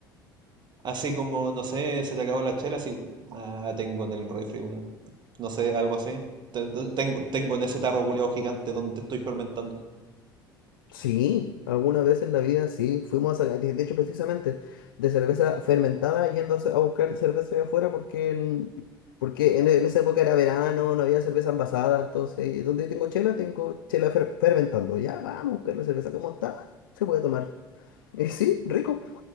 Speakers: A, on the right; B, on the left.
A: Así como, no sé, se te acabó la chela, así. Ah, tengo en el refri, weón. No sé, algo así. Te- te- Tengo, tengo en ese tarro culeado gigante donde estoy fermentando.
B: Sí, alguna vez en la vida sí, fuimos a, de de hecho precisamente de cerveza fermentada yendo a, a buscar cerveza allá afuera porque, en- porque en, en esa época era verano, no había cerveza envasada, entonces donde tengo chela, tengo chela fer- fermentando, ya vamos a buscar la cerveza como está, se puede tomar. <laughs> Y sí, rico,